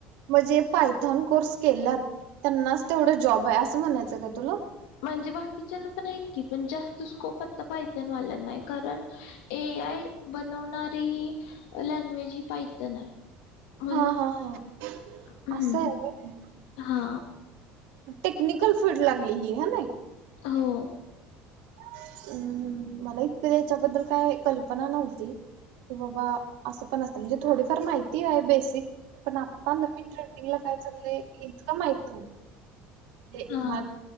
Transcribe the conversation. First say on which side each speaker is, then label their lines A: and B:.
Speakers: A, on the right (about 80°); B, on the left (about 80°).
A: मगजे पायथॉन कोर्स केल्यात त्यांनाच तेवढ जॉब आहे असं म्हणायचं काय तुला
B: म्हणजे बाकीच्याना पण ऐकी पण जास्त त स्कोप आता पायथन वाला नाही कारण ए आय बनवणारी लँग्वेज ही पायथन आहे म्हणून
A: हा हा हा
B: हम्
A: असं आहे होय.
B: हा
A: टेक्निकल फीलल्ड लागली ही ह ना
B: हो
A: हम्म हम् मला इतकं याच्याबद्दल काय कल्पना नव्हती कि बाबा असं पण असत म्हणजे थोडीफार माहिती आहे बेसिक पण आता नवीन ट्रेंडिंगला काय चाललंय हे इतक माहित नव्हत ते
B: हा
A: म